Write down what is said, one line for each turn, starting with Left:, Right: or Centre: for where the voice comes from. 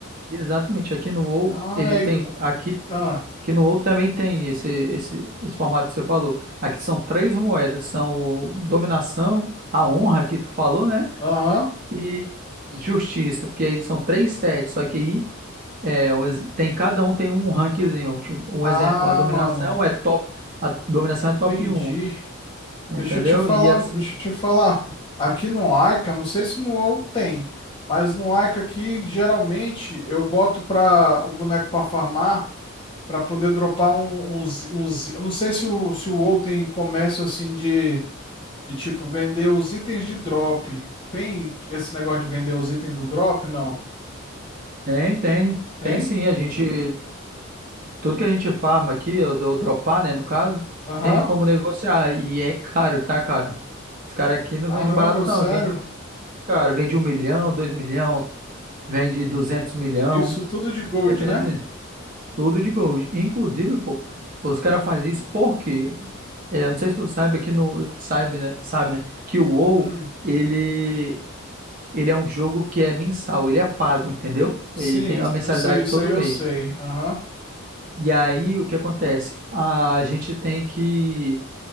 Right: Exatamente. Aqui no WoW,
Left: Ah,
Right: ele
Left: é
Right: tem
Left: igual.
Right: aqui
Left: Ah,
Right: Que no ouro também tem esse, esse, esse formato que você falou. Aqui são três moedas, são o dominação, a honra que tu falou, né?
Left: aham.
Right: E justiça, porque aí são três sets, só que aí é, o ex- tem, cada um tem um rankzinho. Tipo, um
Left: Ah,
Right: exemplo, a dominação
Left: mano,
Right: é top, a dominação
Left: entendi.
Right: é top um entendeu?
Left: Deixa eu te falar,
Right: E assim,
Left: um, deixa eu te falar. Aqui
Right: ó,
Left: no Aika, não sei se no WoW tem, mas no Aika aqui geralmente eu boto para um boneco para farmar, para poder dropar um- uns, uns, eu não sei se o se o WoW tem comércio assim de De tipo, vender os itens de drop. Tem esse negócio de vender os itens do drop? Não.
Right: tem, tem,
Left: Tem?
Right: tem sim, a gente, tudo que a gente farma aqui, eu dou dropar, né, no caso,
Left: Aham.
Right: tem como negociar, e é caro, tá, cara? Esse cara aqui não
Left: Caramba,
Right: vende barato
Left: sério?
Right: não, vende Cara, vende um milhão, dois milhão, vende duzentos milhão,
Left: Isso tudo de gold,
Right: dependendo
Left: né?
Right: tudo de gold. Inclusive, pô, os caras fazem isso porque, é, eu não sei se tu sabe aqui no, sabe, né, sabe, né, que o WoW,
Left: Hum.
Right: ele, ele é um jogo que é mensal, ele é pago, entendeu?
Left: Sim,
Right: Ele tem
Left: isso
Right: uma mensalidade
Left: eu sei, isso
Right: todo
Left: aí eu
Right: mês.
Left: sei. Aham.
Right: E aí, o que acontece? A gente tem que,